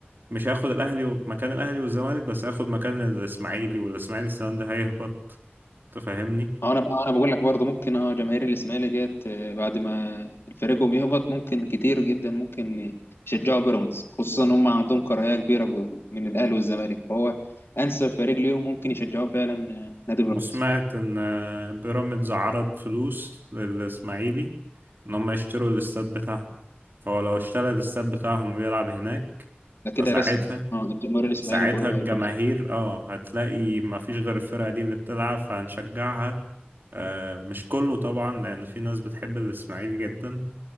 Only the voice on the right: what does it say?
مش هياخد الأهلي و- مكان الأهلي والزمالك بس هياخد مكان الإسماعيلي والإسماعيلي السنة دي هيهبط تفهمني
وسمعت إن آه، بيراميدز عرض فلوس للإسماعيلي إن هم يشتروا الاستاد بتاعهم فهو لو اشترى الاستاد بتاعهم ويلعب هناك
فساعتها
ساعتها
الجماهير
اه هتلاقي ما فيش غير الفرقة دي اللي بتلعب فهنشجعها آه مش كله طبعا لأن في ناس بتحب الإسماعيلي جدا